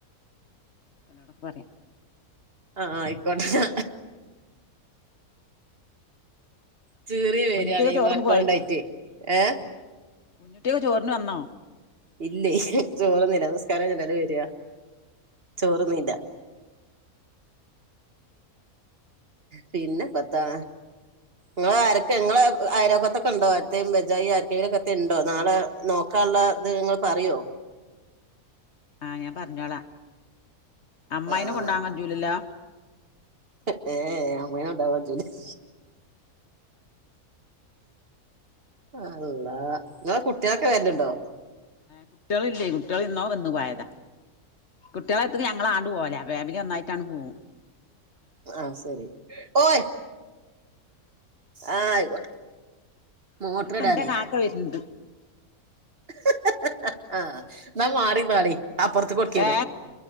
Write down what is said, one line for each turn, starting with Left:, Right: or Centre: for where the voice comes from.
Left: ഓലോടൊക്കെ പറയാ
Right: ആഹ് ആയിക്കോട്ടെ ചിറിവരാണേ
Left: കുഞ്ഞുട്ടിയൊക്കെ ചോറിന്ന്
Right: മക്കള്ണ്ടാറ്റെ ഏ
Left: കുഞ്ഞിട്ടി ഒക്കെ ചോറിനു വന്നോ
Right: ഇല്ലേ ചോറിന്നില്ല നിസ്കാരം കൈഞ്ഞിട്ടല്ലേ വരാ ചോറ്ന്നീല്ല പിന്നെപ്പന്താ ഇങ്ങളെ ആരെക്കെ ഇങ്ങളെ അലോക്കതൊക്കെണ്ടോ എത്തെ ബെജ്‌ജായി ആർക്കേലു എത്തെ ഇണ്ടോ നാളെ നോക്ക് ആക്കെങ്കുംൊക്കെ ഉണ്ടോ നാളെ നോ ക്കള്ളത് ഇങ്ങള്പറയോ
Left: ആഹ് ഞാൻ പറഞ്ഞോള അഅമ്മായിനെ
Right: ആഹ്
Left: കൊണ്ടാൻ കജ്ജൂലല്ലോ
Right: ഏ അേ അമ്മായിനെണ്ടാവാൻ കജ്ജൂല അള്ള ഇങ്ങളെ കുട്ടിയാളൊക്കെ വര്ലുണ്ടോ
Left: കുട്ടിയളില്ലേ കുട്ടിയള് എന്നോ വന്നു പോയതാ കുട്ടിയളെ എടുത്തിട്ട് ഞങ്ങളാണ്ട് പോവുലേ ഫാമിലി ഒന്നായിട്ടാണ്ട് പോവും
Right: ആഹ് ശരി ഓയ് ആഹ് ആയിക്കോട്ടെ മോട്ടർ
Left: പിന്നെത്ത
Right: ഇടാനേ
Left: എന്റെ കാക്ക വരുന്നുണ്ട്
Right: ഹ ഹ ഹ ന്നാ മാറിന്നാളി അപ്പൊറത്ത്ക്ക് കൊട്ക്കേനു
Left: ഏ